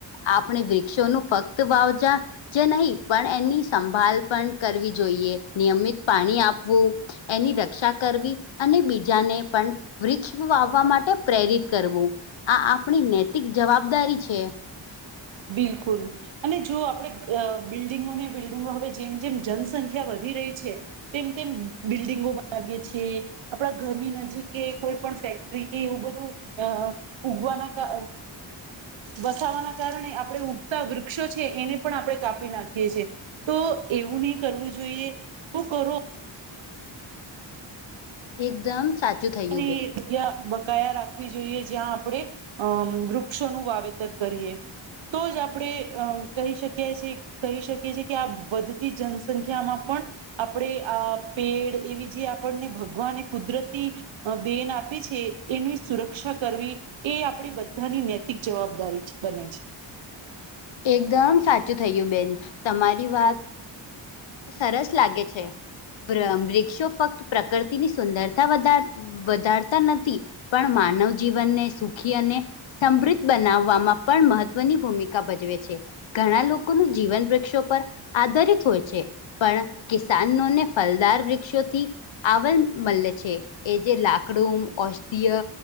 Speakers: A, on the left; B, on the right.
A: આપણે વૃક્ષોનું ફક્ત વાવજા જે નહીં, પણ એની સંભાળ પણ કરવી જોઈએ, નિયમિત પાણી આપવું. એની રક્ષા કરવી, અને બીજાને પણ વૃક્ષ વાવવા માટે પ્રેરિત કરવું, આ આપણી નૈતિક જવાબદારી છે.
B: બિલકુલ. અને જો આપણે બિલ્ડિંગોને, બિલ્ડિંગો હવે જેમ જેમ જનસંખ્યા વધી રહી છે. તેમ તેમ બિલ્ડિંગો બનાવીએ છીએ, આપણા ઘરની નજીક કે કોઈ પણ ફેક્ટરી કે એવું બધું અ ઉગવાના વસાવાના કારણે આપણે ઉગતા વૃક્ષો છે, એને પણ આપણે કાપી નાખીએ છીએ. તો એવું નહી કરવું જોઈએ, શું કરો.
A: એકદમ સાચું. થયું
B: અને
A: બેન
B: જગ્યા બકાયા રાખવી જોઈએ, જ્યાં આપણે આમ વૃક્ષોનું વાવેતર કરીએ. તો જ આપણે કહી શકીએ છીએ. કહીં શકીએ છીએ કે, આ વધતી જનસંખ્યામાં પણ આપણે આ પેડ એવી જે આપણને ભગવાન કુદરતી બેન આપે છે, એની સુરક્ષા કરવી. એ આપડી બધાની નૈતિક જવાબદારી બને છે.
A: એકદમ સાચું થયું બેન, તમારી વાત. સરસ લાગે છે, વૃક્ષો ફક્ત પ્રકૃતિની સુંદરતા વધારે વધારતા નથી, પણ માનવ જીવનને સુખી અને સમૃદ્ધ બનાવવામાં પણ મહત્વની ભૂમિકા ભજવે છે. ઘણા લોકોનું જીવન વૃક્ષો પર આધારિત હોય છે. પણ કિસનોને ફલદાર વૃક્ષોથી આવલ મલ છે, એ જે લાકડું ઔષધીય